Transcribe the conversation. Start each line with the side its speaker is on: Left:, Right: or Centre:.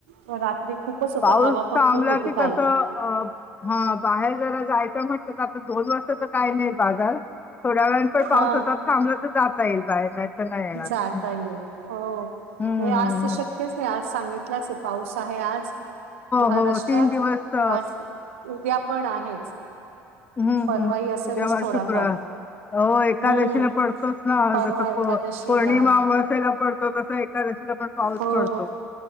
Right: व रात्री खूपच होता
Left: पाऊस
Right: हवा पण
Left: थांबला
Right: खूप होती
Left: की
Right: काल
Left: कसं अ हं बाहेर जरा जायचं म्हटलं त आता दोन वाजता त काय नही बाजार. थोड्या वेळान पण
Right: हा
Left: पाऊस असा थांबला त जाता येईल बाहेर नाही तर नाही येणार.
Right: जाता
Left: हम्म.
Right: येईल हो
Left: हम्म
Right: नही
Left: हम्म
Right: आज त शक्यच
Left: हम्म
Right: नही आज सांगितलाच हे पाऊस आहे आज महाराष्ट्रात
Left: हो हो तीन दिवस अ,
Right: आज उद्या पण आहेच.
Left: हूं
Right: परवाही
Left: हूं
Right: असेलच
Left: उद्या वार
Right: थोडाफार
Left: शुक्रवार. हो एकादशीला
Right: हम्म.
Left: पडतोच ना
Right: परवा
Left: जस
Right: एकादशीला
Left: पो पौर्णिमा आमवस्या ला पडतो तसा तो एकादशीला पण पाऊस
Right: हो.
Left: पडतो.